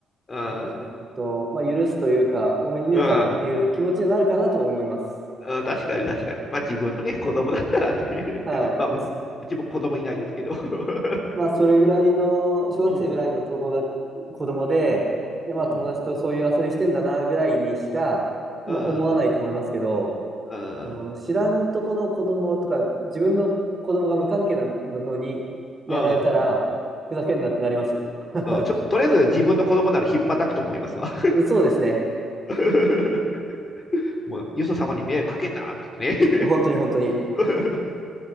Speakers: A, on the left; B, on the right.
A: うん。
B: うーんと、
A: う
B: まあ、許すというか、多めに見るかっていう気持ちになるかなと思います。
A: ん。うん、確かに確かに。まあ自分のね、子供だったらね、<laughs>
B: はい。
A: まあう、
B: で、
A: うちも子供いないですけど。<laughs>
B: まあ、それぐらいの、
A: うん。
B: 小学生ぐらいの友達、子供で、
A: うん。
B: で、まあ、
A: うん。
B: 友達とそういう遊びしてんだな、ぐらいにしか、まあ、
A: うん。
B: 思わないと思いますけど、
A: うん。
B: あの、知らんとこの子供とか、自分の子供が無関係なのにやられたら、
A: うん。
B: ふざけんなってなります。<laughs>
A: うん。ちょっと、とりあえず自分の子供なら引っ叩くと思いますわ。
B: そうですね。
A: <laughs> もう、よそ様に迷惑かけんなって言ってね。
B: 本当に本当に。
A: <laughs> や